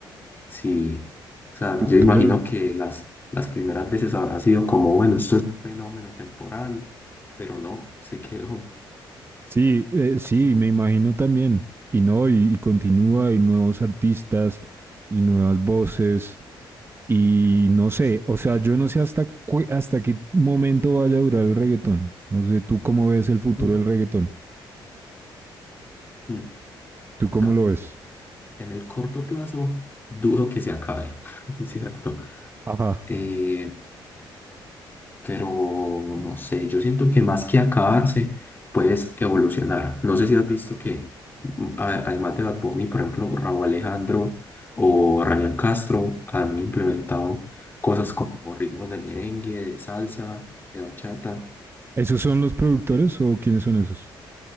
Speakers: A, on the left; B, on the right.
A: Sí, o sea,
B: Tú,
A: yo imagino
B: tú le...
A: que las, las primeras veces habrá sido como, bueno, esto es un fenómeno temporal, pero no, se quedó.
B: Sí, eh, sí, me imagino también, y no, y, y continúa, y nuevos artistas, y nuevas voces Y no sé, o sea, yo no sé hasta, cu- hasta qué momento vaya a durar el reggaetón. No sé, ¿tú cómo ves el futuro
A: Mm,
B: del reggaetón?
A: mm. O
B: ¿Tú cómo
A: sea,
B: lo ves?
A: en el corto plazo, dudo que se acabe, <laughs> ¿cierto?
B: Ajá.
A: Eh, pero no sé, yo siento que más que acabarse, puedes evolucionar. No sé si has visto que, mm, a- además de Bad Bunny, por ejemplo, Raúl Alejandro o Ryan Castro han implementado cosas como ritmos de merengue, de salsa, de bachata.
B: ¿Esos son los productores
A: Eh,
B: o quiénes son esos?